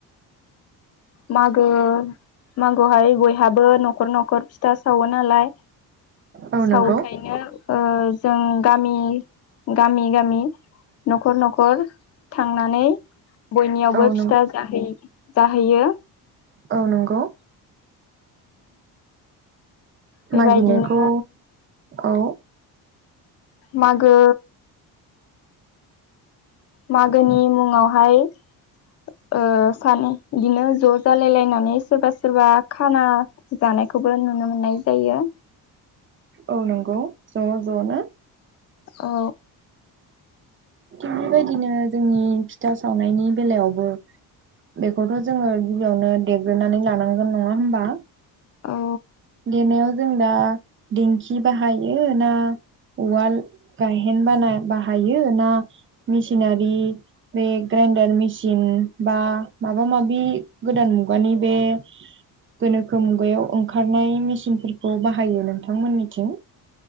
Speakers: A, on the left (about 40°); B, on the right (about 30°).
A: मागो मागोहाय बयहाबो न'खर न'खर फिथा सावो नालाय
B: औ
A: सावोखायनो
B: नंगौ
A: ओ जों गामि गामि गामि न'खर न'खर थांनानै बयनियावबो
B: औ
A: फिथा
B: नों
A: जाहै-जाहैयो
B: औ नंगौ
A: बेबायदिनो
B: मागिनायखौ औ
A: मागो मागोनि मुङावहाय ओ सानै बिदिनो ज' जालायलायनानै सोरबा सोरबा खाना जानाय खौबो नुनो मोननाय जायो
B: औ नंगौ ज' ज'नो
A: औ
B: थिग बेबायदिनो जोंनि फिथा सावनायनि बेलायावबो बेखौथ' जोङो गिबियावनो देग्रोनानै लानांगोन नङा होमबा
A: औ
B: देनायाव जों दा दिंखि बाहायो ना उवाल गायहेन बाना बाहा यो ना मेसिनारि बे ग्रेन्दार मेसिन बा माबा मो माबि गोदान मुगानि बे गोनोखो मुगायाव ओंखारनाय मेसिनफोरखौ बाहायो नोंथांमोननिथिं